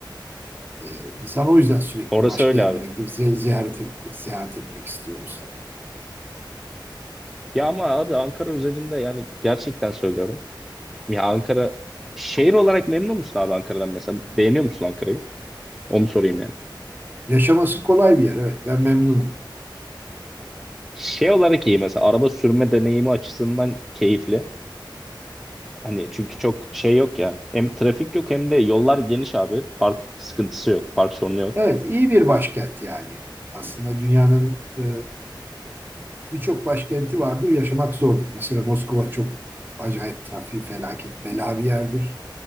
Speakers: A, on the right; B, in the centre.
A: E, insan o yüzden sürekli
B: Orası
A: başka
B: öyle
A: yerlere
B: abi.
A: gidip ze- ziyaret et, seyahat etmek istiyor Mustafa.
B: Ya ama abi Ankara özelinde yani gerçekten söylüyorum. Ya Ankara şehir olarak memnun musun abi Ankara'dan mesela? Beğeniyor musun Ankara'yı? Onu sorayım yani.
A: Yaşaması kolay bir yer. Evet, ben memnunum.
B: Şey olarak iyi mesela araba sürme deneyimi açısından keyifli. Hani çünkü çok şey yok ya. Hem trafik yok hem de yollar geniş abi. Park sıkıntısı yok. Park sorunu yok.
A: Evet, iyi bir başkent yani. Aslında dünyanın e, birçok başkenti vardır, yaşamak zordur. Mesela Moskova çok acayip trafiği felaket bela bir yerdir.